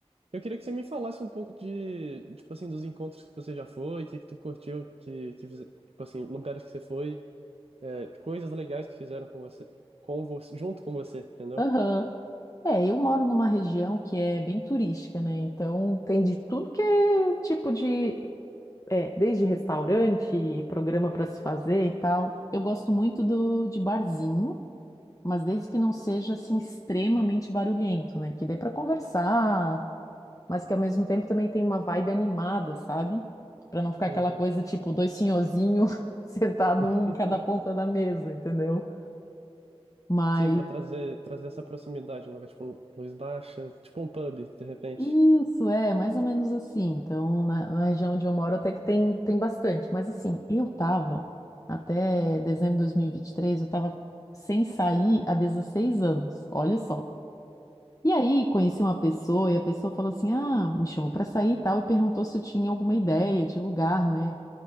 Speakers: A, on the right (about 65°); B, on the left (about 30°).
A: Eu queria que você me falasse um pouco de, tipo assim, dos encontros que você já foi, o que que tu curtiu, que, que, fize- tipo assim, lugares que você foi, é, coisas legais que fizeram com você, com você, junto com você, entendeu?
B: Aham. É, eu moro numa região que é bem turística, né? Então tem de tudo que é tipo de, é, desde restaurante, programa para se fazer e tal. Eu gosto muito do de barzinho, mas desde que não seja assim extremamente barulhento, né? Que dê para conversar, mas que ao mesmo tempo também tem uma vibe animada, sabe? Pra não ficar
A: Uhum.
B: aquela coisa tipo dois senhorzinhos <laughs> sentado
A: <laughs>
B: um em cada ponta da mesa, entendeu? Mas
A: Sim, pra trazer, trazer essa proximidade, um lugar tipo um luz baixa, tipo um pub, de repente.
B: isso é mais ou menos assim. Então, na, na região onde eu moro até que tem, tem bastante, mas assim, eu tava até dezembro de 2023, eu tava sem sair há 16 anos. Olha só. E aí, conheci uma pessoa e a pessoa falou assim: "Ah, me chamou pra sair e tal" e perguntou se eu tinha alguma ideia de lugar, né?